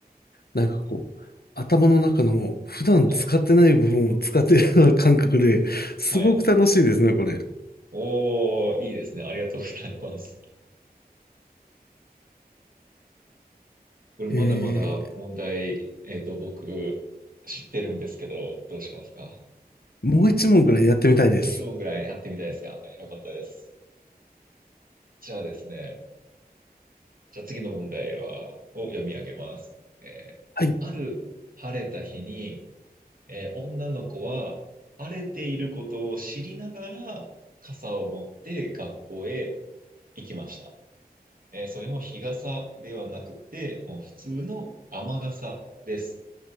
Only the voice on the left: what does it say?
なんかこう、頭の中の普段使ってない部分を使ってるような感覚で、
すごく楽しいですね、
これ。
え
ー、もう一問ぐらいやってみたいです。
はい。